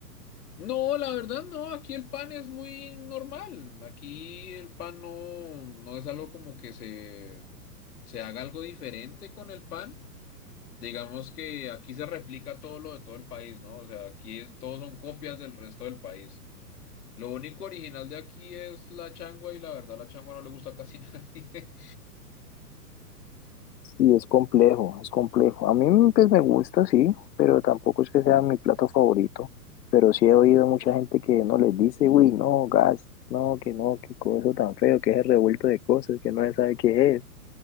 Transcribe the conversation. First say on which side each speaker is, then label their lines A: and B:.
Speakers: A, on the left; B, on the left.
A: No, la verdad no, aquí el pan es muy normal, aquí el pan no, no es algo como que se, se haga algo diferente con el pan. Digamos que aquí se replica todo lo de todo el país, ¿no? O sea, aquí es, todos son copias del resto del país. Lo único original de aquí es la changua y la verdad la changua no le gusta a casi <laughs> nadie.
B: Sí, es complejo, es complejo. A mí pues me gusta, sí, pero tampoco es que sea mi plato favorito. Pero sí he oído mucha gente que no les dice, uy, no, gas, no, que no, qué cosa tan feo, que es el revuelto de cosas, que no se sabe qué es.